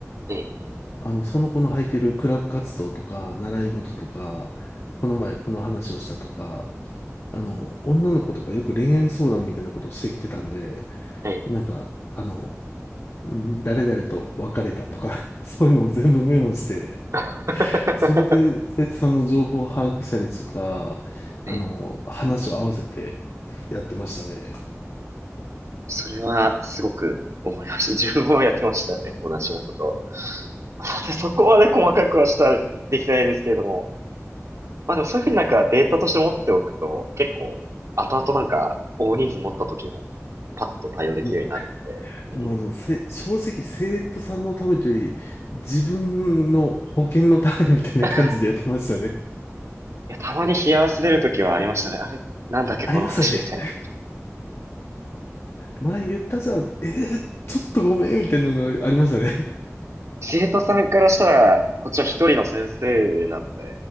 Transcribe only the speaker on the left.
あの、その子の履いてるクラブ活動とか、習い事とか、この前この話をしたとか、あの、女の子とかよく恋愛相談みたいなことをしてきてたんで、
なんか、あの、うん誰々と別れたとか、<laughs> そういうのを全部メモして、
それで、生徒さんの情報を把握したりとか、
あの、話を合わせてやってましたね。
も
う、もうあの、せ、正直生徒さんのためというより、自分の保険のためみたいな感じでやってましたね。
ありましたね。前言ったじゃん。えーちょっとごめん、みたいなのありましたね。<laughs>